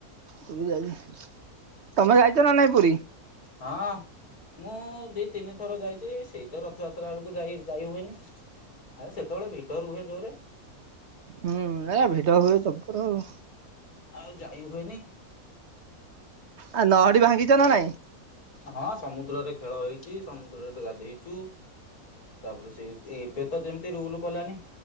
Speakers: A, on the right (about 60°); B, on the left (about 80°).
A: ପୁରୀ ଯାଇଛି, ତମେ ଯାଇଛ ନା ନାଇଁ ପୁରୀ?
B: ହଁ। ମୁଁ ଦି ତିନି ଥର ଯାଇଛି ସେଇ ତ ରଥଯାତ୍ରା ବେଳକୁ ଯାଇ ଯାଇ ହୁଏନି। ଆରେ ସେତେବେଳେ ଭିଡ଼ ରୁହେ ଜୋରେ।
A: ହୁଁ, ଏ ଭିଡ ହୁଏ ଜବର ଆଉ।
B: ଆଉ ଯାଇ ହୁଏନି।
A: ଆ ଲହଡ଼ି ଭାଙ୍ଗିଛ ନା ନାଇଁ?
B: ହଁ ସମୁଦ୍ରରେ ଖେଳ ହେଇଛି, ସମୁଦ୍ରରେ ଗାଧୋଇଚୁ। ତାପରେ ସେ ଏବେ ତ ଯେମିତି ରୁଲ କଲାନି